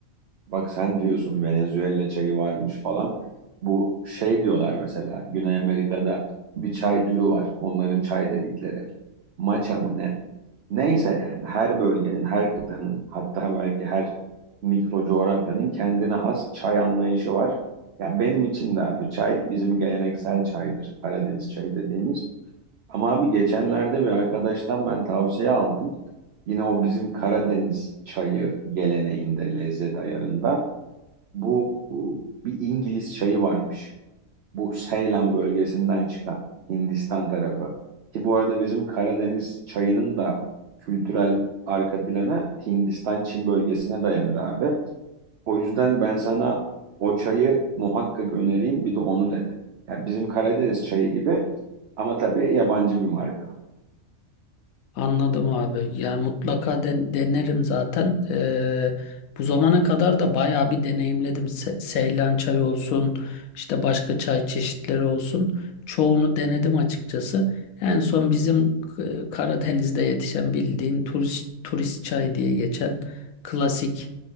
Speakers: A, on the right; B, on the left.
A: Bak sen diyorsun Venezuela çayı varmış falan. Bu şey diyorlar mesela Güney Amerika'da bir çay türü var. Onların çay dedikleri. Maça mı ne? Neyse yani her bölgenin, her kıtanın hatta belki her mikro coğrafyanın kendine has çay anlayışı var. Ya benim için de abi çay bizim geleneksel çaydır. Karadeniz çayı dediğimiz. Ama abi geçenlerde bir arkadaştan ben tavsiye aldım. Yine o bizim Karadeniz çayı geleneğinde, lezzet ayarında. Bu, bu bir İngiliz çayı varmış. Bu Seylan bölgesinden çıkan Hindistan tarafı. Ki bu arada bizim Karadeniz çayının da kültürel arka planı Hindistan-Çin bölgesine dayanır abi. O yüzden ben sana o çayı muhakkak önereyim bir de onu dene. Yani bizim Karadeniz çayı gibi ama tabii yabancı bir marka.
B: Anladım abi. Yani mutlaka den- denerim zaten. Ee, bu zamana kadar da bayağı bir deneyimledim. Se- Seylan çayı olsun, işte başka çay çeşitleri olsun. Çoğunu denedim açıkçası. En son bizim e, Karadeniz'de yetişen bildiğin turist turist çay diye geçen klasik